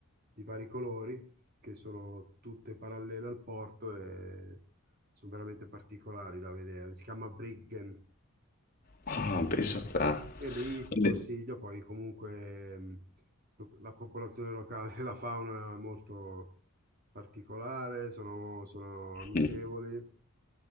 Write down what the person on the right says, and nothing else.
di vari colori che sono tutte parallele al porto e sono veramente particolari da vedere. Si chiama Briggen.
E lì ti
consiglio, poi comunque mh, lo- la popolazione locale, <laughs> la fauna è molto particolare, sono, sono amichevoli